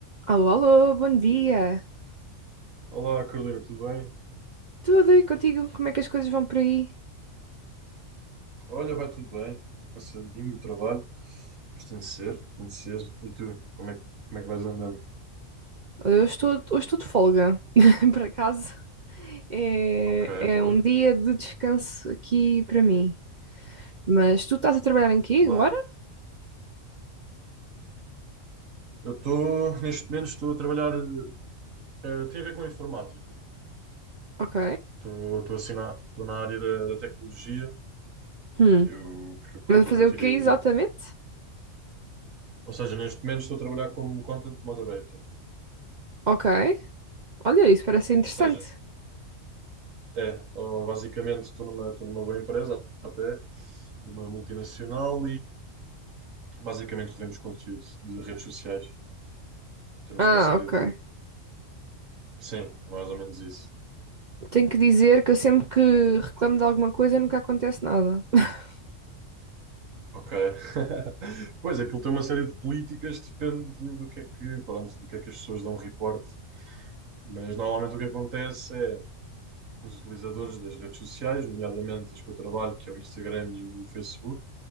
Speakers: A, on the right; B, on the right.
A: Alô, alô, bom dia.
B: Olá, Carolina, tudo bem?
A: Tudo e contigo? Como é que as coisas vão por aí?
B: Olha, vai tudo bem. Estou cansadinho do trabalho, mas tem de ser, tem de ser. E tu, como é, que- como é que vais andando?
A: Eu estou, hoje estou de folga, <laughs> por acaso. É,
B: Ok, boa,
A: é um dia de descanso aqui para mim. Mas tu estás a trabalhar em quê
B: claro.
A: agora?
B: Eu estou, neste momento, estou a trabalhar, eh, tem a ver com informática.
A: Ok.
B: Estou estou assim na, estou na área da, da tecnologia,
A: Hum.
B: eu, porque quando
A: Mas a fazer
B: eu tirei
A: o quê exatamente?
B: o tiro. Ou seja, neste momento estou a trabalhar como content moderator.
A: Ok. Olha, isso parece interessante.
B: Ou seja, é, ó, basicamente estou numa, estou numa boa empresa, até, numa multinacional Basicamente revemos conteúdo de redes sociais. Temos
A: Ah,
B: uma série
A: ok.
B: de. Sim, é mais ou menos isso.
A: Tenho que dizer que eu sempre que reclamo de alguma coisa nunca acontece nada. <laughs>
B: Ok. <laughs> Pois, aquilo tem uma série de políticas, depende de- do que é que, pronto, do que é que as pessoas dão reporte. Mas normalmente o que acontece é os utilizadores das redes sociais, nomeadamente as que eu trabalho, que é o Instagram e o Facebook,